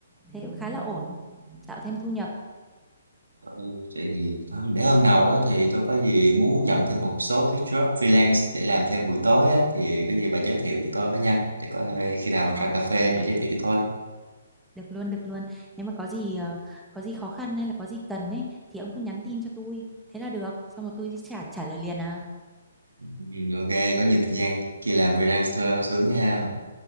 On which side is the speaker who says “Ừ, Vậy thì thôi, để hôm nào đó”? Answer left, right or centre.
Right